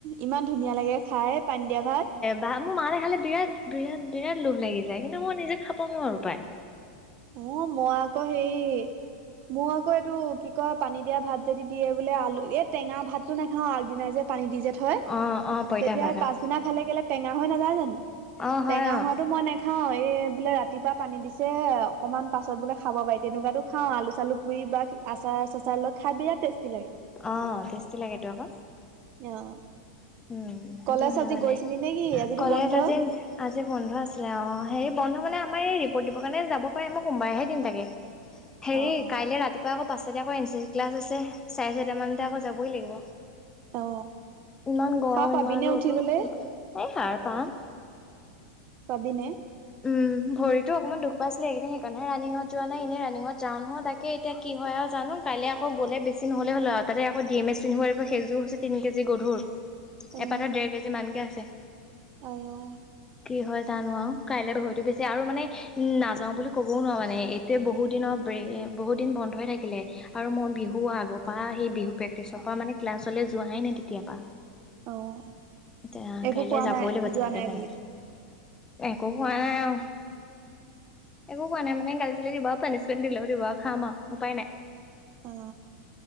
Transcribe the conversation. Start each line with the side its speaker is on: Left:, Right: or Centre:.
Right: ইমান ধুনীয়া লাগে খাই পানী দিয়া ভাত।
Left: ভা মোৰ মাহতে খালে বিৰাট-বিৰাট-বিৰাট লোভ লাগি যায়, কিন্তু মই নিজে খাব নোৱাৰো পায়।
Right: অ, মই আকৌ হেৰি মই আকৌ এইটো কি কয়, পানী দিয়া ভাত যদি দিয়ে বোলে আলু, এই টেঙা ভাতটো নাখাও আগদিনাই যে পানী দি যে থয়।
Left: অ, অ। পইতা
Right: তেতিয়া
Left: ভাত
Right: পাছদিনা
Left: অ',
Right: খালে কেলে টেঙা হৈ নাযায় জানো?
Left: অ',
Right: টেঙা
Left: হয় অ',
Right: হোৱাতো মই নেখাও। খাও, এই বোলে ৰাতিপুৱা পানী দিছে। অকণমান পাছত বোলে খাব পাৰি, তেনেকুৱাতো খাওঁ, আলু-চালু পুৰি বা আচাৰ-চাচাৰ লৈ খাই বিৰাট টেষ্টি লাগে।
Left: অ, টেষ্টি লাগেতো আকৌ।
Right: অ
Left: উম। সেইটো
Right: কলেজ
Left: হয়
Right: আজি
Left: মানে,
Right: গৈছিলি নে কি আজিতো
Left: কলেজ
Right: বন্ধ?
Left: আজি আজি বন্ধ আছিলে অঁ, হেৰি বন্ধ মানে আমাৰ এই ৰিপৰ্ট দিবৰ কাৰণে যাব পাৰে, মই সোমবাৰেহে দিম তাকে।
Right: <inaudible>
Left: হেৰি
Right: অ'
Left: কাইলৈ ৰাতিপুৱা আকৌ পাঁচতাতে এন চি চি ক্লাছ আছে। চাৰে চাৰিটা মানতে আকৌ যাবই লাগিব।
Right: অ'
Left: ইমান গৰম
Right: সাৰ পাবিনে
Left: ইমান ৰ'দো।
Right: উঠিবলে?
Left: এই সাৰ পাম।
Right: পাবি নে?
Left: উম, ভৰিতো অকনমান দুখ পাই আছিলো, এইকেইদিন সেইকাৰণহে ৰানিঙত যোৱা নাই, এনেই ৰানিঙত যাওঁ নহয়, তাকে। কি হয় আৰু জানো? কাইলৈ আকৌ গ'লে বেছি নহ'লে হ'ল আৰু, তাতে আকৌ ডিম এম এচ পিন্ধিব লাগিব, সেইজোৰ হৈছে তিনি কেজি গধুৰ,
Right: অ'
Left: এপাটত ডেৰ কেজি মানকৈ আছে।
Right: আই অ।
Left: কি হয় জানো আৰু, কাইলৈ ভৰিতো বেছি আৰু মানে উম, নাযাও বুলি ক'বও নোৱাৰা মানে, এইটোৱে বহুত দিনৰ ব্ৰেক, বহুত দিন বন্ধ হৈ থাকিলে। আৰু মই বিহু আগৰ পৰা সেই বিহু প্ৰেক্টিচৰ পৰা মানে ক্লাছলৈ যোৱাই নাই তেতিয়াৰ পা।
Right: অ'
Left: এতিয়া
Right: একো
Left: কাইলে
Right: কোৱা
Left: যাবই
Right: নাই
Left: লাগিব
Right: যোৱা
Left: যেনে
Right: নাই
Left: তেনে।
Right: বুলি
Left: কো হোৱা নাই আ। একো কোৱা নাই মানে গালি চালী দিব পানিচমেণ্ট দিলে দিব খাম আৰু উপায় নাই।
Right: অ